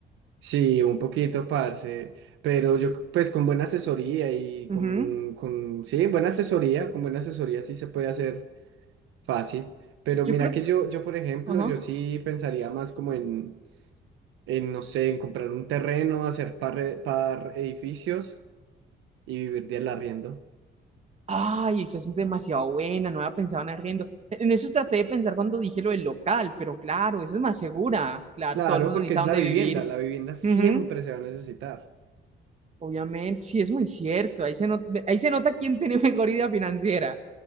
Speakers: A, on the right; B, on the right.
A: Sí, un poquito, parce, pero yo, c- pues, con buena asesoría y con,
B: Ujú.
A: con, sí, buena asesoría, con buena asesoría sí se puede hacer fácil. Pero
B: Yo
A: mira
B: creo,
A: que yo, yo, por ejemplo,
B: ajá.
A: yo sí pensaría más como en en, no sé, en comprar un terreno, hacer par, e- par edificios y vivir del arriendo.
B: Ay, esa es demasiado buena, no había pensado en arriendo. E, En eso traté de pensar cuando dije lo del local, pero claro, eso es más segura. Claro,
A: Claro,
B: todo el mundo
A: porque
B: necesita
A: es
B: donde
A: la vivienda,
B: vivir.
A: la vivienda siempre
B: Ujú,
A: se va a necesitar.
B: Obviamente, sí, es muy cierto. Ahí se nota, ahí se nota quién tiene <laughs> mejor idea financiera.